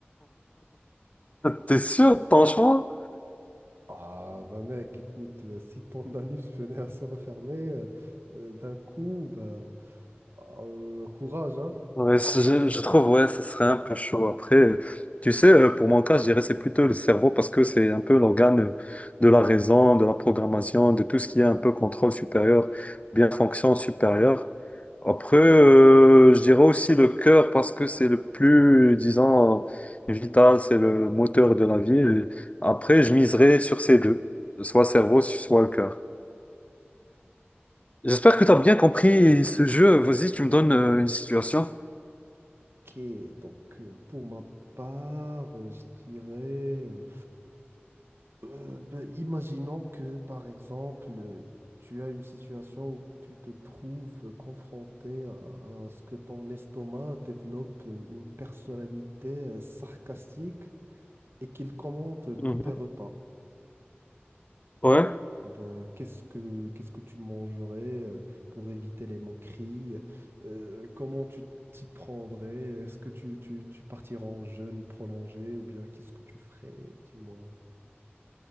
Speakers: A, on the left; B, on the right.
A: T'es sûr de ton choix?
B: Ah bah mec, écoute, euh, si ton anus venait à se refermer euh, euh, d'un coup, bah, ah, euh, courage, hein?
A: Ouais, je, je trouve, ouais, ça serait un peu chaud. Après, tu sais, euh, pour mon cas, je dirais c'est plutôt le cerveau parce que c'est un peu l'organe euh, de la raison, de la programmation, de tout ce qui est un peu contrôle supérieur, bien fonction supérieure. Après, euh, je dirais aussi le cœur parce que c'est le plus, disons, vital, c'est le moteur de la vie. Et après, je miserais sur ces deux, soit cerveau, soit le cœur. J'espère que tu as bien compris ce jeu. Vas-y, tu me donnes euh, une situation.
B: Ok, donc euh, pour ma part, euh, je dirais, euh, euh, ben, imaginons que par exemple, euh, tu as une situation où tu te trouves confronté à, à ce que ton estomac développe euh, une personnalité euh, sarcastique et qu'il commente
A: Mhm.
B: tous tes repas.
A: Ouais.
B: Euh, bah, qu'est-ce que qu'est-ce que tu mangerais euh, pour éviter les moqueries? Euh, comment tu t'y prendrais? Est-ce que tu, tu, tu partiras en jeûne prolongé ou bien qu'est-ce que tu ferais? Dis-moi.